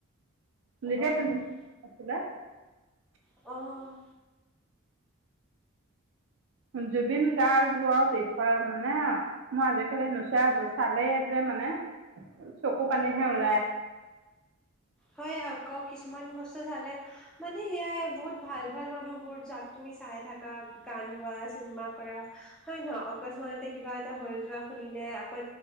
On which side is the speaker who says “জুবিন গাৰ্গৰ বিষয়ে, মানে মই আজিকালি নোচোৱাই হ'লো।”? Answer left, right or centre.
Right